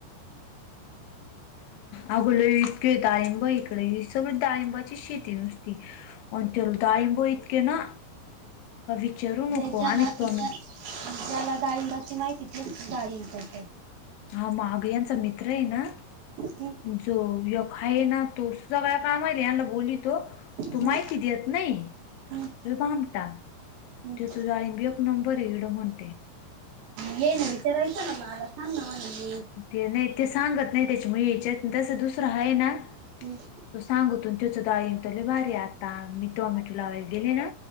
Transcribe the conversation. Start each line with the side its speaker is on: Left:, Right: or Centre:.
Left: आंग लई इतके डाळिंब इकडे सगळी डाळिंबाची शेती नुसती. आण तेला डाळिंब इतके ना का विचारू
Right: जे
Left: नको
Right: ज्याला
Left: आणिता
Right: ज्या
Left: मी.
Right: ज्याला डाळिंबाची माहिती तेच डाळींब करतयं.
Left: हा माग याचा मित्र हे ना
Right: हम्म,
Left: जो य खाय ना तो सगळया कामानी अनभुनी तो, तो
Right: हम्म,
Left: माहिती देत नाही.
Right: हम्म,
Left: लई भामटा
Right: हम्म.
Left: तेच डाळिंब एक नंबरे एवढं मोठंयं.
Right: हेन विचारायचना मला सांग नावा नम --
Left: ते नाही ते सांगत नाही त्याच्यामुळे याच्यात तसं दुसरं हायेना.
Right: हम्.
Left: त सांगतो तेच डाळिंब तर लई भारी हाय आता मी टोमॅटो लावायला गेले ना.